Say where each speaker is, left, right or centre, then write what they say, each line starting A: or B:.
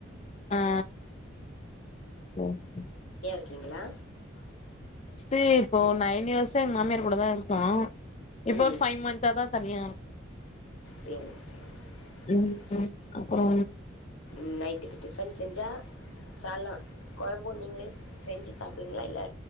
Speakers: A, on the left; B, on the left.
A: ஆ ஓ சரி
B: ஓகேங்களா
A: கு இப்போ நயன் இயர்ஸ் அத்த மாமியார் கூட தா இருக்கோ இப்ப
B: ம்.
A: ஒரு பைவ் மந்த்தா தா தனியா
B: சரிங்க, சரிங்க.
A: ம்
B: சரி.
A: ம் அப்புறோ
B: ம். நைட்டுக்கு டிஃபன் செஞ்சா சால்லா கொழம்பு நீங்களே செஞ்சி சாப்பிடுவீங்களா இல்ல